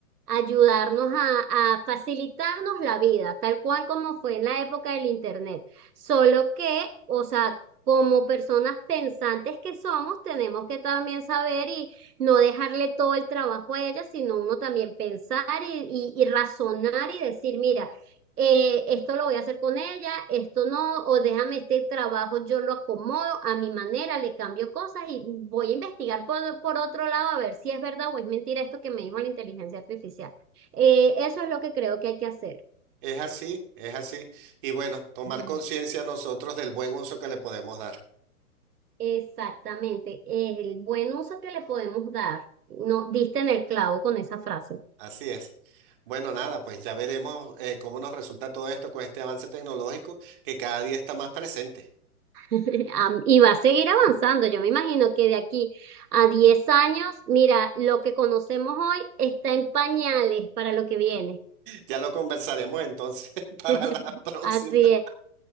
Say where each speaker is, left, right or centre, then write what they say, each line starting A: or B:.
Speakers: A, on the right; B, on the right.
A: ayudarnos a, a facilitarnos la vida, tal cual como fue en la época del Internet. Solo que, o sea, como personas pensantes que somos, tenemos que también saber y no dejarle todo el trabajo a ella, sino uno también pensar y, y y razonar y decir, mira, eh, esto lo voy a hacer con ella, esto no, o déjame este trabajo, yo lo acomodo a mi manera, le cambio cosas y voy a investigar por, por otro lado a ver si es verdad o es mentira esto que me dijo la inteligencia artificial. Eh, eso es lo que creo que hay que hacer.
B: Es así, es así. Y bueno, tomar
A: Mm.
B: conciencia nosotros del buen uso que le podemos dar.
A: Exactamente, el buen uso que le podemos dar. No, diste en el clavo con esa frase.
B: Así es. Bueno, nada, pues ya veremos eh, cómo nos resulta todo esto con este avance tecnológico que cada día está más presente.
A: <laughs> Am- Y va a seguir avanzando. Yo me imagino que de aquí a 10 años, mira, lo que conocemos hoy está en pañales para lo que viene.
B: Ya lo conversaremos entonces <laughs>
A: <laughs>
B: para la próxima.
A: Así es.